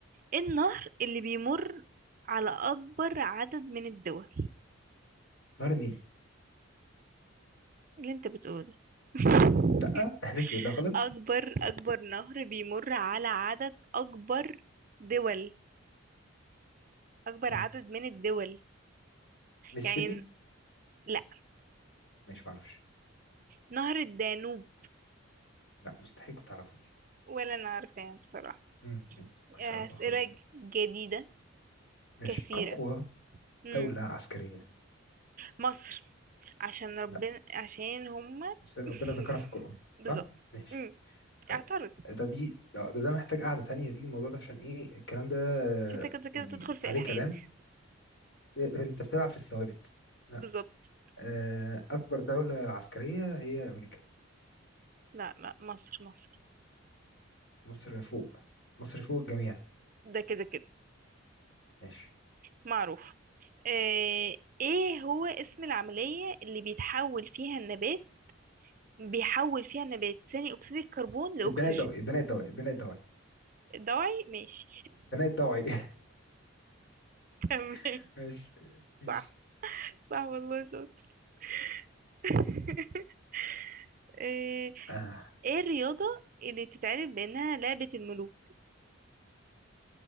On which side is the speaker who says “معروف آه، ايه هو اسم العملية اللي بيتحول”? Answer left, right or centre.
Right